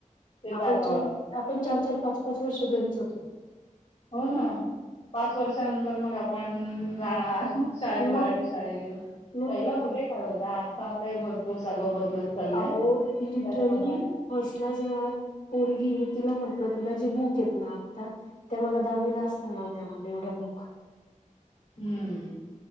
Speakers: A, on the left; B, on the left.
A: ते
B: आपण
A: टाकावं
B: चार
A: लागत.
B: आपण चार चार, पाच पाच वर्ष घरीच होतो.
A: हो ना. पाच वर्षानंतर मग आपण जाणार- शाळेत मराठी
B: मग
A: शाळेत
B: मग
A: पहिला होते काय अता आता भरपूर सगळं बदलत चाललंय.
B: आहो लिटरली
A: त्याप्रमाणे
B: फस्टला जेव्हा पोरगी ये, तिला म्हंटलं तुला जे बुक येत ना आता त्या मला दहावी ला असता ना होत्या म्हटलं एवढ्या बुक.
A: हम्म.